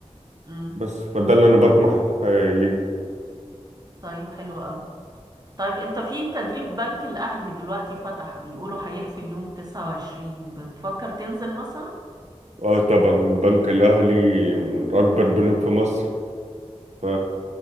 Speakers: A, on the right; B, on the right.
A: امم
B: بس فده اللي انا بطمح آه، ليه
A: طيب حلو قوي طيب انت في تدريب بنك الاهلي دلوقتي فتح بيقولوا هيقفل يوم 29 بتفكر تنزل مثلا
B: اه طبعا بنك الاهلي من اكبر بنوك في مصر ف...